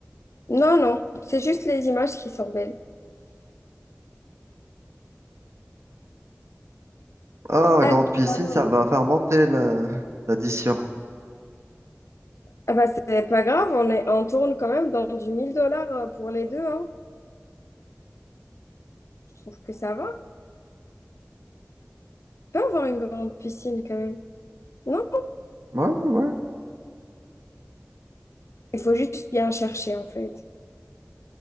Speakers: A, on the left; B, on the right.
A: Non, non, c'est juste les images qui sont belles.
B: Ah,
A: Ah,
B: grande piscine,
A: alors.
B: ça va faire monter la- l'addition.
A: Ah bah, c'est pas grave, on est, on tourne quand même dans du 1000 dollars euh, pour les deux, hein. Je trouve que ça va. On peut avoir une grande piscine quand même. Non,
B: Ouais, ouais. ouais.
A: il faut juste bien chercher en fait.